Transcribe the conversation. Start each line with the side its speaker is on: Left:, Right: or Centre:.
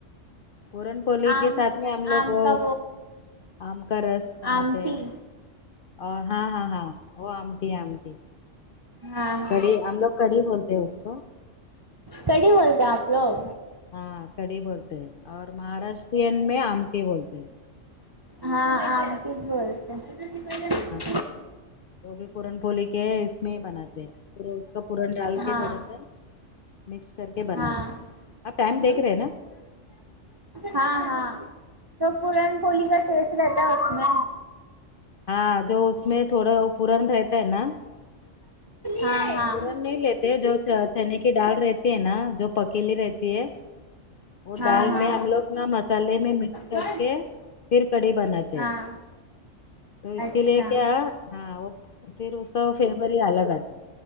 Left: پورن پلی
Right: آم
Left: کے ساتھ میں ہم لوگ
Right: آم
Left: وہ
Right: کا
Left: آم کا رس بناتے
Right: آمٹی
Left: ہیں اور ہاں ہاں ہاں وہ آمٹی آٹی
Right: ہاں ہاں
Left: کڑھی ہم لوگ کڑھی بولتے ہیں اس کو
Right: کڑھی بولتے ہیں آپ لوگ
Left: ہاں کڑی بولتے ہیں اور مہاراشٹرین میں آمٹی بولتے ہیں
Right: ہاں آنٹیز بولتے ہیں
Left: ہاں ہاں ہاں وہ بھی پورن پولی کے اس میں ہی بناتے ہیں پھر اس کو پورن ڈال
Right: ہاں
Left: کے تھوڑا سا مکس کر کے بناتے
Right: ہاں
Left: آپ ٹائم
Right: <inaudible>
Left: دیکھ رہے ہیں نا
Right: ہاں ہاں تو پورن پولی کا ٹیسٹ رہتا ہے اس میں
Left: ہاں جو اس میں تھوڑا وہ پورن رہتا ہے نا
Right: ہاں ہاں
Left: پورن نہیں لیتے ہیں جو چا چنے کی ڈال رہتی ہے نا جو پکیلی رہتی ہے وہ
Right: ہاں
Left: ڈال
Right: ہاں
Left: میں ہم لوگ نا مسالے میں مکس کر
Right: ہاں
Left: کے پھر کڑی بناتے
Right: ہاں
Left: ہیں تو اس
Right: اچھا
Left: کے لیے کیا ہاں وہ پھر اس کا وہ فیور ہی الگ آتا ہے